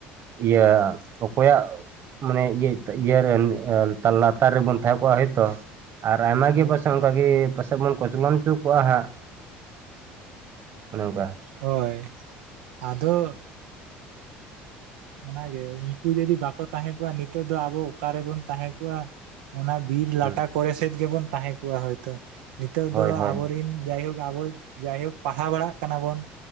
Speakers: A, on the right; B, on the right.
A: ᱤᱭᱟᱹ ᱚᱠᱚᱭᱟᱜᱼᱼ ᱢᱟᱱᱮ <unintelligible> ᱤᱭᱟᱹ ᱨᱮᱱ ᱛᱟᱨ ᱞᱟᱛᱟᱨ ᱨᱮᱵᱚᱱ ᱛᱟᱦᱮᱸ ᱠᱚᱜᱼᱟ, ᱦᱳᱭᱛᱚ ᱟᱨ ᱟᱭᱢᱟ
B: ᱦᱳᱭ
A: ᱜᱮ ᱯᱟᱥᱮᱜ ᱚᱱᱠᱟ ᱼᱼ ᱮ ᱯᱟᱥᱮᱜ ᱵᱚᱱ ᱠᱚᱪᱢᱚᱱ ᱪᱳ ᱠᱚᱣᱟ ᱦᱟᱸᱜ᱾ ᱚᱱᱮ ᱚᱱᱠᱟᱼᱼ
B: ᱦᱳᱭ ᱟᱫᱚᱼᱼ ᱚᱱᱟ ᱜᱮ ᱱᱩᱠᱩ ᱡᱩᱫᱤ ᱵᱟᱠᱚ ᱛᱟᱦᱮᱸ ᱠᱚᱜᱼᱟ, ᱱᱤᱛᱚᱜ ᱫᱚ ᱟᱵᱚ ᱚᱠᱟ ᱨᱮᱵᱚᱱ ᱛᱟᱦᱮᱸ ᱠᱚᱜᱼᱟ? ᱚᱱᱟ ᱵᱤᱨ ᱞᱟᱴᱟ
A: ᱦᱩᱸ
B: ᱠᱚᱨᱮ ᱥᱮᱫ ᱜᱮᱵᱚᱱ ᱛᱟᱦᱮᱸ ᱠᱚᱜᱼᱟ᱾ ᱦᱳᱭᱛᱳ ᱱᱤᱛᱚᱜ
A: ᱦᱳᱭ
B: ᱫᱚ
A: ᱦᱳᱭ
B: ᱟᱵᱚᱨᱤᱱ ᱡᱟᱭᱦᱳᱠᱼᱼ ᱟᱵᱚ ᱡᱟᱭᱦᱳᱠ ᱯᱟᱲᱦᱟᱣ ᱵᱟᱲᱟᱜ ᱠᱟᱱᱟ ᱵᱚᱱ